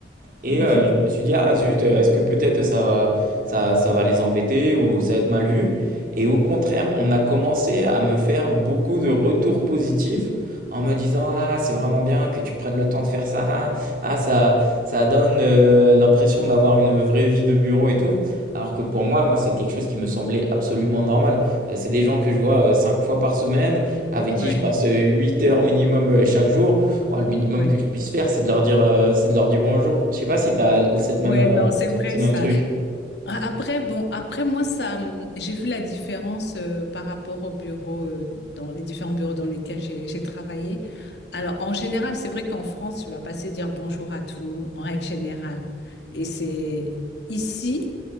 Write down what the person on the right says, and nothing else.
et
euh, je me suis dit, ah zut, euh, est-ce que peut-être ça va, ça, ça va les embêter ou ça va être mal vu? Et au contraire, on a commencé à me faire beaucoup de retours positifs en me disant, ah c'est vraiment bien que tu prennes le temps de faire ça, ah ah, ça, ça donne euh, l'impression d'avoir une vraie vie de bureau et tout. Alors que pour moi, moi, c'est quelque chose qui me semblait absolument normal. Euh, C'est des gens que je vois euh, cinq fois par semaine, avec qui
je passe euh, huit heures minimum euh, chaque jour. Ouah, le minimum
que je puisse faire, c'est de leur dire, heu, c'est de leur dire bonjour. Je sais pas si tu as cette même,
heu,
ce même
truc.